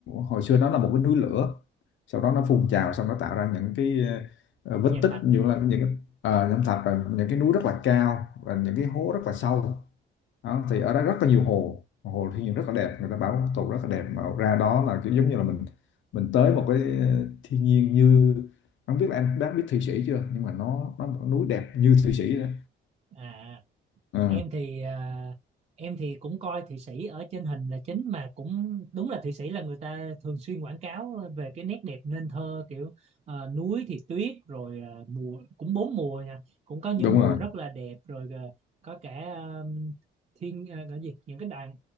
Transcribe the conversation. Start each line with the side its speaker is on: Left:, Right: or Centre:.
Left: hồi xưa nó là một cái núi lửa sau đó nó phun trào xong nó tạo ra những cái ờ, vết
Right: Nhàm
Left: tích
Right: Thạch
Left: như là những cái- ờ, nham thạch rồi những cái núi rất là cao và những cái hố rất là sâu đó thì ở đó rất là nhiều hồ hồ thiên nhiên rất là đẹp người ta bảo tụ rất là đẹp mà ra đó là kiểu giống như là mình mình tới một cái ờ, thiên nhiên như không biết là em đã biết Thụy Sĩ chưa nhưng mà nó nó một núi đẹp như Thụy Sĩ đó
Right: à
Left: Ờ,
Right: em thì à, em thì cũng coi Thụy Sĩ ở trên hình là chính mà cũng đúng là Thụy Sĩ là người ta thường xuyên quảng cáo về cái nét đẹp nên thơ kiểu ờ, núi thì tuyết rồi ờ, mùa cũng bốn mùa nha cũng có những
Left: đúng
Right: mùa
Left: rồi
Right: rất là đẹp rồi ờ, có cả ờ, thiên ờ, gọi gì những cái đàn